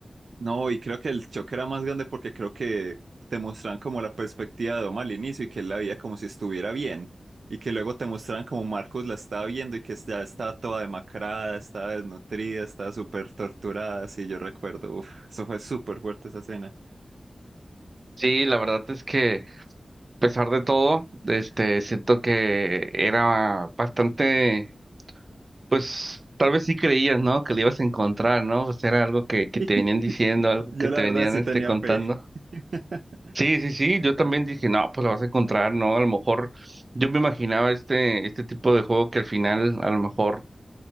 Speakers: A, on the right; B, on the right.
A: No, y creo que el choque era más grande porque creo que te muestran como la perspectiva de Dom al inicio y que él la veía como si estuviera bien. Y que luego te muestran como Marcus la estaba viendo y que ya estaba toda demacrada, estaba desnutrida, estaba súper torturada. Sí, yo recuerdo, uf, eso fue súper fuerte esa escena.
B: sí, la verdad es que pesar de todo, este, siento que era bastante, pues tal vez sí creías, ¿no? Que lo ibas a encontrar, ¿no? Pues era algo que, que
A: <laughs>
B: te venían diciendo, algo
A: Yo
B: que te
A: la verdad
B: venían
A: sí
B: este,
A: tenía
B: contando.
A: fe. <laughs>
B: Sí, sí, sí, yo también dije, no, pues lo vas a encontrar, ¿no? A lo mejor yo me imaginaba este, este tipo de juego que al final a lo mejor